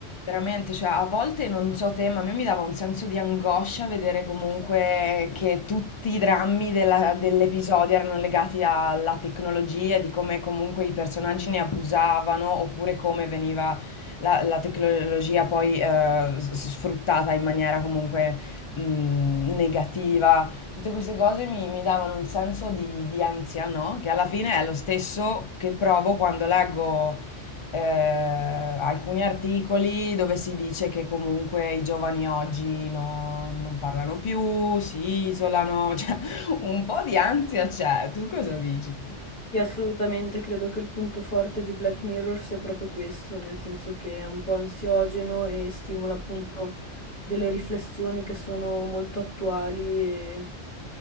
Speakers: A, on the left (about 55°); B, on the left (about 35°).
A: Veramente, cioè a volte non so te, ma a me mi dava un senso di angoscia vedere comunque che tutti i drammi della- dell'episodio erano legati alla tecnologia, di come comunque i personaggi ne abusavano oppure come veniva la, la tecnologia poi eh, s- sfruttata in maniera comunque mh, negativa. Tutte queste cose mi, mi davano un senso di, di ansia, no? Che alla fine è lo stesso che provo quando leggo eh, alcuni articoli dove si dice che comunque i giovani oggi no- non parlano più, si isolano, <laughs> cioè un po' di ansia c'è, tu cosa dici?
B: Sì, assolutamente credo che il punto forte di Black Mirror sia proprio questo, nel senso che è un po' ansiogeno e stimola appunto delle riflessioni che sono molto attuali e